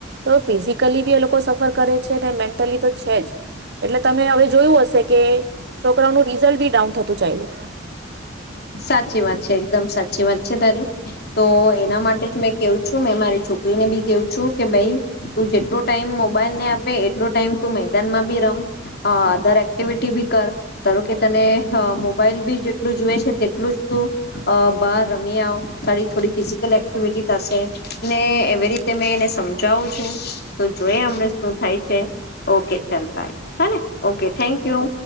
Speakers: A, on the right; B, on the left.
A: તો ફિઝિકલી બી એ લોકો સફર કરે છે મેન્ટલી તો છે જ એટલે તમે હવે જોયું હશે કે છોકરાનું રિઝલ્ટ બી ડાઉન થતું ચાયલુ
B: સાચી વાત છે એકદમ સાચી વાત છે તારી તો એના માટે જ મેં કેવું છું મે મારી છોકરીને બી કેવું છું કે ભાઈ તું જેટલો ટાઈમ મોબાઈલ ને આપે એટલો ટાઈમ તું મેદાનમાં બી રમ અધર એક્ટિવિટી બી કર ધારો કે તને મોબાઈલ બી જેટલું જોઈએ છે તે એટલું જ તું બહાર રમી આવ તારી થોડી ફિઝિકલ એક્ટિવિટી થશે ને એવી રીતે મેં એને સમજાવું છું તો જોઈ હમણે શું થાય છે ઓકે ચાલ બાય હ ને ઓકે થેન્ક યુ